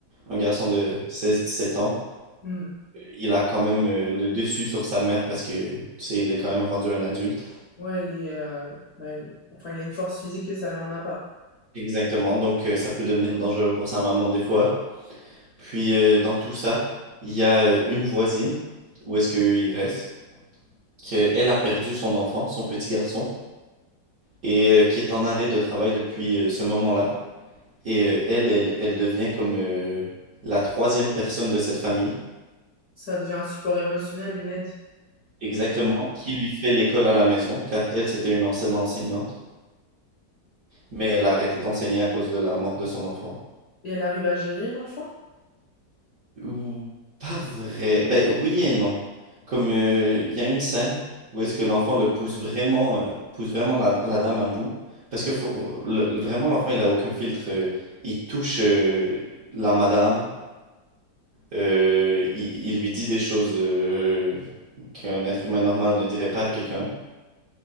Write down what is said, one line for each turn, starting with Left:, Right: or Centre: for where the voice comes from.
Right: un garçon de seize dix sept ans,
Left: Mm.
Right: il a quand même euh, le dessus sur sa mère parce que, tu sais, il est quand même rendu un adulte.
Left: Ouais, il est euh, bah, il- enfin il a une force physique que sa mère n'a pas.
Right: Exactement, donc euh, ça peut devenir dangereux pour sa maman des fois. Puis euh, dans tout ça, il y a euh, une voisine, où est-ce qu'il reste, qu'elle a perdu son enfant, son petit garçon, et euh, qui est en arrêt de travail depuis euh, ce moment-là. Et euh, elle, elle, elle devient comme euh, la troisième personne de cette famille,
Left: Ça devient un support émotionnel, une aide.
Right: exactement, qui lui fait l'école à la maison, car elle, c'était une ancienne enseignante, mais elle a arrêté d'enseigner à cause de la mort de son enfant.
Left: Et elle arrive à gérer l'enfant?
Right: Ou- Pas vrai. Ben oui et non. Comme euh, il y a une scène où est-ce que l'enfant le pousse vraiment, euh, pousse vraiment la, la dame à bout. Parce que faut- le- le- vraiment, l'enfant, il a aucun filtre. euh, Il touche euh, la madame. euh, il, il lui dit des choses euh, qu'un être humain normal ne dirait pas à quelqu'un.